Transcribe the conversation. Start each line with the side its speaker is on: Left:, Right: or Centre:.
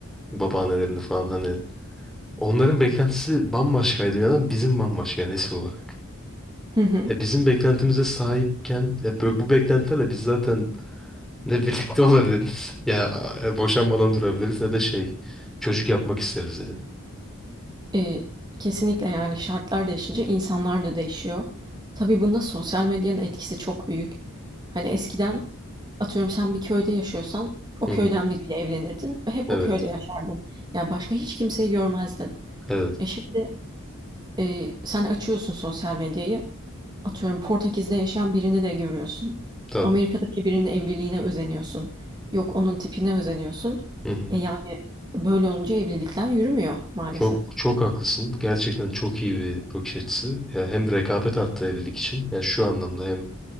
Centre: babaannelerini falan hani. Onların beklentisi bambaşkaydı dünyadan bizim bambaşka nesil olarak.
Right: Hı hı.
Centre: E, bizim beklentimize sahipken ya bu, bu beklentilerle biz zaten ne birlikte <laughs> olabiliriz ya e, boşanmadan durabiliriz ne de şey çocuk yapmak isteriz yani.
Right: Eee, kesinlikle yani şartlar değişince insanlar da değişiyor. Tabii bunda sosyal medyanın etkisi çok büyük. Hani eskiden atıyorum sen bir köyde yaşıyorsan o
Centre: Hı
Right: köyden
Centre: hı.
Right: biriyle evlenirdin ve hep
Centre: Evet.
Right: o köyde yaşardın. Yani başka hiç kimseyi görmezdin.
Centre: Evet.
Right: E şimdi e, sen açıyorsun sosyal medyayı. Atıyorum Portekiz'de yaşayan birini de görüyorsun.
Centre: Tabii.
Right: Amerika'daki birinin evliliğine özeniyorsun. Yok onun tipine özeniyorsun.
Centre: Hı hı.
Right: E yani böyle olunca evlilikler yürümüyor maalesef.
Centre: Çok çok haklısın. Gerçekten çok iyi bir bakış açısı. Ya hem rekabet arttı evlilik için. Yani şu anlamda hem